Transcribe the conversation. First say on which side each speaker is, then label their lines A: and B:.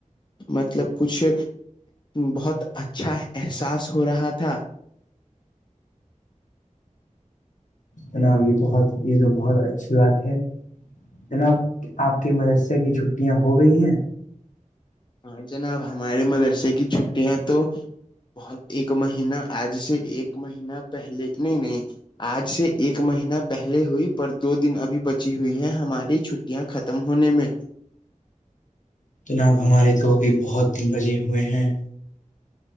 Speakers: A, on the left (about 35°); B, on the left (about 70°).
A: مطلب کچھ بہت اچھا احساس ہو رہا تھا
B: جناب یہ بہت یہ تو بہت اچھی بات ہے جناب آپ کے مدرسے کی چھٹیاں ہو گئی ہیں
A: ہاں جناب ہمارے مدرسے کی چھٹیاں تو بہت ایک مہینہ آج سے ایک مہین پہلے نہیں نہیں آج سے ایک مہین پہلے ہوئی پر دو دن ابھی بچی ہوئی ہے ہماری چھٹی یہاں ختم ہونے میں
B: جناب ہمارے تو ابھی بہت دن بجے ہوئے ہیں